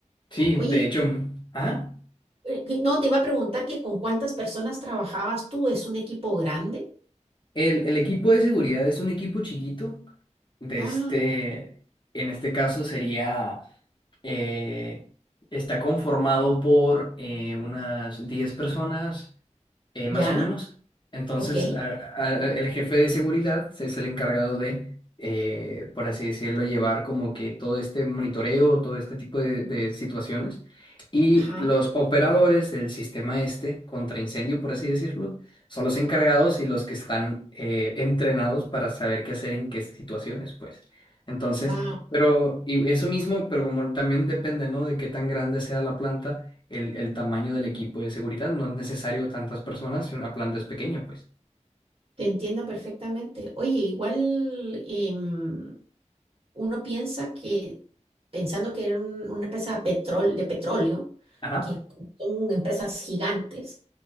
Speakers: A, on the left; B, on the right.
A: Sí,
B: Oye,
A: de hecho, ¿ah?
B: eh, que- no, te iba a preguntar que con cuántas personas trabajabas tú, ¿es un equipo grande?
A: El, el equipo de seguridad es un equipo chiquito. De
B: Ah,
A: este, en este caso sería, eh, está conformado por eh, unas 10 personas eh,
B: ya,
A: más o menos. Entonces,
B: ok,
A: a- a- el jefe de seguridad es el encargado de, eh, por así decirlo, llevar como que todo este monitoreo, todo este tipo de, de situaciones. Y
B: ajá,
A: los operadores del sistema este, contra incendio, por así decirlo, son los encargados y los que están eh, entrenados para saber qué hacer en qué situaciones, pues. Entonces,
B: wow.
A: pero, y eso mismo, pero como también depende, ¿no? De qué tan grande sea la planta el, el tamaño del equipo de seguridad. No es necesario tantas personas si una planta es pequeña, pues.
B: Te entiendo perfectamente. Oye, igual em, uno piensa que, pensando que era un- una empresa petrol, de petróleo,
A: Ajá.
B: que son empresas gigantes,